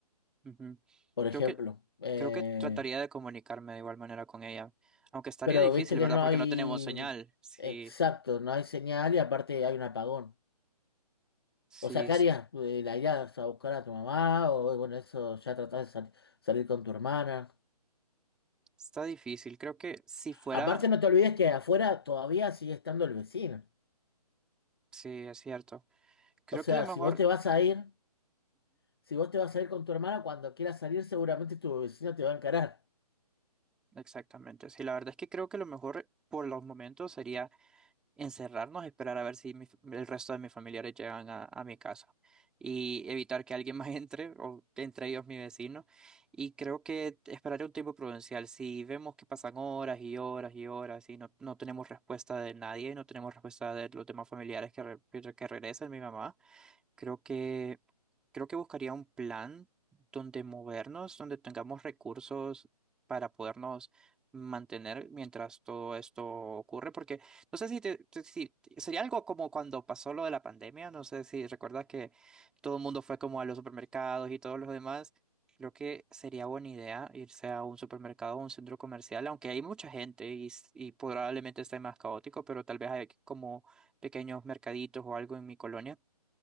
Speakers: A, in the centre; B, on the left.
A: Ujú.
B: por
A: Creo
B: ejemplo.
A: que,
B: Eh,
A: creo que trataría de comunicarme de igual manera con ella. Aunque estaría
B: pero
A: difícil,
B: viste que
A: ¿verdad?
B: no
A: Porque
B: hay,
A: no tenemos señal. Sí,
B: exacto, no hay señal y aparte hay un apagón.
A: sí,
B: O sea,
A: es-
B: ¿qué harías? Eh, ¿La irías a buscar a tu mamá? O bueno, eso ya tratás de sal- salir con tu hermana.
A: está difícil. Creo que si fuera...
B: Aparte, no te olvides que afuera todavía sigue estando el vecino.
A: Sí, es cierto. Creo
B: O sea,
A: que a lo mejor...
B: si vos te vas a ir, si vos te vas a ir con tu hermana, cuando quieras salir, seguramente tu vecino te va a encarar.
A: Exactamente, sí, la verdad es que creo que lo mejor por los momentos sería encerrarnos, esperar a ver si mi f- el resto de mis familiares llegan a, a mi casa y evitar que alguien <laughs> más entre, o entre ellos mi vecino. Y creo que esperaré un tiempo prudencial. Si vemos que pasan horas y horas y horas y no, no tenemos respuesta de nadie, no tenemos respuesta de los demás familiares que, re- que, re- que regresan, mi mamá. Creo que, creo que buscaría un plan donde movernos, donde tengamos recursos para podernos mantener mientras todo esto ocurre, porque no sé si, te- te- si- sería algo como cuando pasó lo de la pandemia, no sé si recuerdas que todo el mundo fue como a los supermercados y todos los demás. Creo que sería buena idea irse a un supermercado o un centro comercial, aunque hay mucha gente y, s- y probablemente esté más caótico, pero tal vez hay como pequeños mercaditos o algo en mi colonia